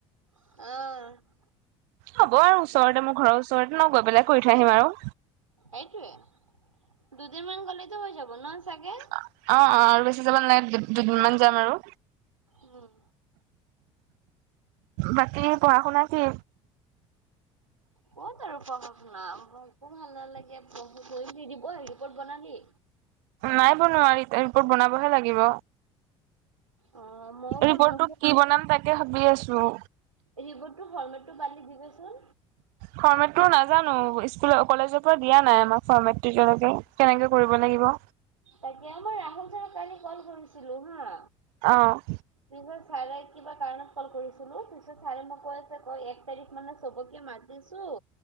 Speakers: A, on the right; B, on the right.
A: আহ,
B: হ'ব আৰু ওচৰতে মোৰ ঘৰৰ ওচৰতে ন গৈ পেলাই কৰি থৈ আহিম আৰু।
A: সেইটোৱে দুদিন মান গলেতো হৈ যাব ন চাগে।
B: অ', অ', আৰু বেছি যাব নালাগে দুদিন মান যাম আৰু।
A: উম।
B: বাকী পঢ়া শুনা কি?
A: কত আৰু পঢ় শুনা একো ভাল নালাগে পঢ় কৰি দিব হেৰিপট বনালি।
B: নাই বনোৱা ৰিপৰ্ট বনাবহে লাগিব।
A: অ', ময়ো বনালো
B: ৰিপৰ্টটো কি বনাম তাকে ভাবি আছো।
A: ৰিপৰ্টটো ফৰ্মেটটো পালি দিবেচোন।
B: ফৰ্মেটটো নাজানো স্কুল কলেজৰ পৰা দিয়া নাই আমাক ফৰ্মেট এতিয়ালকে কেনেকে কৰিব লাগিব।
A: তাকে আমাৰ ৰাহুল চাৰক কালি কল কৰিছিলো হা।
B: অ',
A: পিছত ছাৰে কিবা কাৰণত কল কৰিছিলো পিছত ছাৰে মই কৈ আছে কয় এক তাৰিখ মানে চবকে মাতি চো